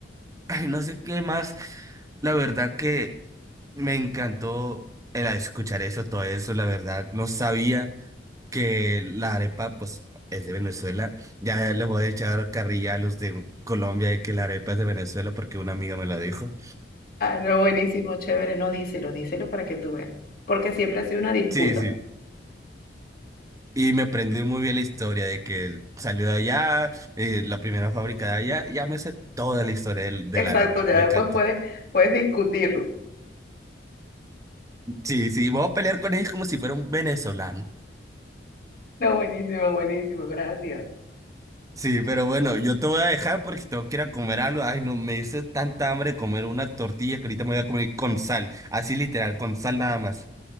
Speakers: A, on the right; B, on the left.
A: ay, no sé qué más. La verdad que me encantó el escuchar eso, todo eso, la verdad. No sabía. que la arepa, pues, es de Venezuela. Ya les voy a echar carrilla a los de Colombia de que la arepa es de Venezuela porque una amiga me lo dijo.
B: Ah, no, buenísimo, chévere, no, díselo, díselo para que tú veas. Porque siempre ha sido una disputa.
A: Sí, sí. Y me aprendí muy bien la historia de que salió de allá, eh, la primera fábrica de allá. Ya me sé toda la historia del- de
B: Exacto,
A: la arepa.
B: ya
A: Me
B: después
A: encanta.
B: puedes, puedes discutirlo.
A: Sí, sí. Vamos a pelear con ellos como si fuera un venezolano.
B: No, buenísimo, buenísimo, gracias.
A: Sí, pero bueno, yo te voy a dejar porque tengo que ir a comer algo. Ay, no, me hice tanta hambre de comer una tortilla que ahorita me voy a comer con sal. Así literal, con sal nada más.